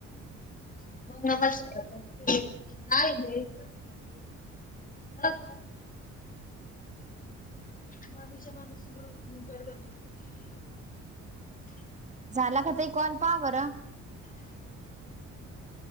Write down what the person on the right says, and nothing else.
झाला का ताई कॉल पाहा बंरं